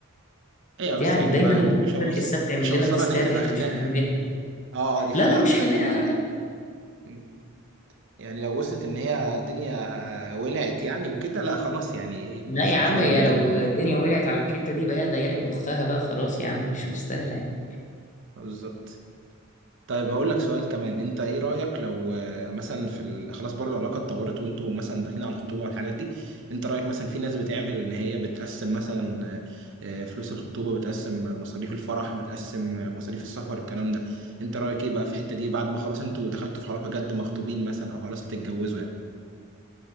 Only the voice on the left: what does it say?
يعني
دايما
البنت
بتحسها بتعمل
لنا
تستات
احنا
مش فاهمينها
لا لا
مش خناقه
لا
لا
لا
يا عم
هي
لو الدنيا ولعت على الحته دي بقى هي ضيقت مخها بقى خلاص يا عم مش مستاهله يعني